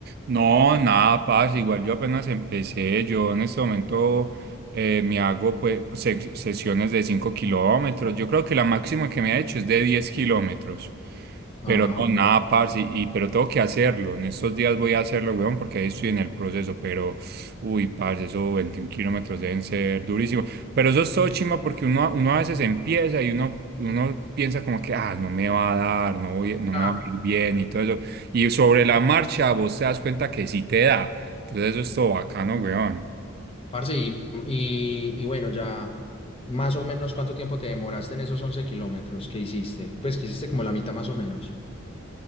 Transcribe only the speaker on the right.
No, nada, pasa. Igual yo apenas empecé. Yo en este momento eh, me hago pues se- sesiones de 5 kilómetros. Yo creo que la máxima que me ha hecho es de 10 kilómetros.
Pero no,
nada, parce, y, y- pero tengo que hacerlo. En estos días voy a hacerlo, weón, porque ahí estoy en el proceso. Pero, uy, parce, esos 21 kilómetros deben ser durísimos. Pero eso es todo chimba porque uno, uno a veces empieza y uno, uno piensa como que, ah, no me va a dar, no voy, no
me va a ir bien y todo eso. Y sobre la marcha vos te das cuenta que sí te da. Entonces eso es todo bacano, weón.